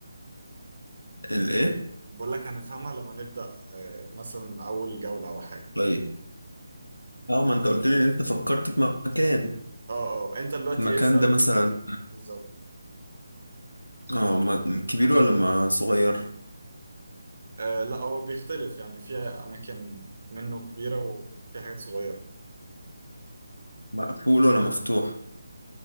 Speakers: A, on the left; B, on the right.
A: الايه
B: بقول لك هنفهمها لما نبدأ آه، مثلا أول جولة أو حاجة
A: طيب اه ما انت قلت لي ان انت فكرت في مكان
B: اه اه أنت دلوقتي
A: المكان
B: اسأل
A: ده مثلا
B: بالظبط
A: اه م- كبير ولا ما صغير
B: آه لا هو بيختلف يعني في أماكن منه كبيرة وفي حاجات صغيرة
A: مقفول ولا مفتوح